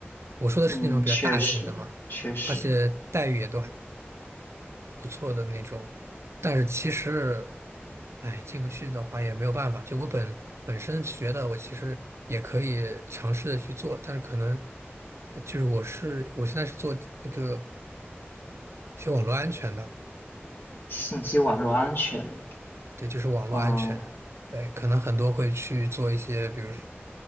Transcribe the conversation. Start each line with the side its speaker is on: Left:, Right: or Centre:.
Right: 我说的是那种比较大型的嘛，
Left: 嗯，确实确实，
Right: 而且待遇也都还不错的那种。但是其实，哎，进不去的话也没有办法。就我本本身学的，我其实也可以尝试的去做，但是可能呃就是我是我现在是做那个学网络安全的，
Left: 信息网络安全，
Right: 对，就是网络安全。
Left: 哦，
Right: 对，可能很多会去做一些，比如。